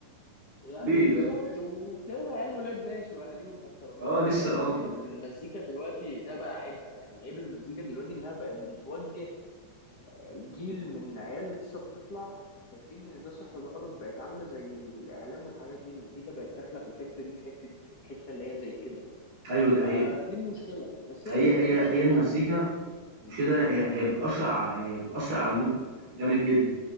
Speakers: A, on the left; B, on the right.
A: يعني
B: ليه
A: بالظبط
B: فاهم؟
A: وبتلاقيهم عيال ولاد ناس واهاليهم محترمين
B: آه
A: فهي
B: لسه
A: الفكره
B: آه،
A: في المزيكا دلوقتي ده بقى عيبها يعني عيب المزيكا دلوقتي انها بقت بتوجه جيل من عيال لسه بتطلع شايفين ان ده صح وده غلط بقت عامله زي الاعلام والحاجات دي المزيكا بقت داخله في الحته دي في حته الحته اللي هي زي كده
B: أيوه دي حقيقة،
A: فدي المشكله بس هي
B: هي
A: المزيكا
B: هي
A: بشكل
B: هي المزيكا
A: عام
B: مش كده هي هي بتأثر ع- هي بتأثر على المود جامد جدا